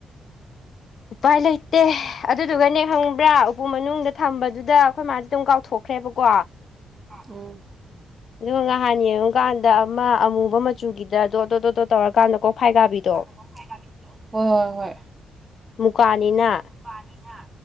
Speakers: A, on the right; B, on the left.
A: <inaudible>
B: ꯎꯄꯥꯏ ꯂꯩꯇꯦ ꯑꯗꯨꯗꯨꯒꯅꯦ ꯈꯪꯕ꯭ꯔꯥ ꯎꯄꯨ ꯃꯅꯨꯡꯗ ꯊꯝꯕꯗꯨꯗ ꯑꯩꯈꯣꯏ ꯃꯥꯗꯤ ꯑꯗꯨꯝ ꯀꯥꯎꯊꯣꯛꯈ꯭ꯔꯦꯕꯀꯣ
A: ꯎꯝ
B: ꯑꯗꯨꯒ ꯅꯍꯥꯟ ꯌꯦꯡꯉꯨꯀꯥꯟꯗ ꯑꯃ ꯑꯃꯨꯕ ꯃꯆꯨꯒꯤꯗ ꯗ‌ꯣꯠ ꯗ‌ꯣꯠ ꯗ‌ꯣꯠ ꯇꯧꯔꯀꯥꯟꯗ ꯀꯣꯛ ꯐꯥꯏ ꯀꯥꯕꯤꯗꯣ
A: ꯀ‌ꯣꯛꯐꯥꯏ ꯀꯕꯤꯗ‌ꯣ ꯍꯣꯏ ꯍꯣꯏ ꯍꯣꯏ
B: ꯃꯨꯛꯀꯥꯅꯤꯅ
A: ꯃꯨꯛꯀꯥꯅꯤꯅ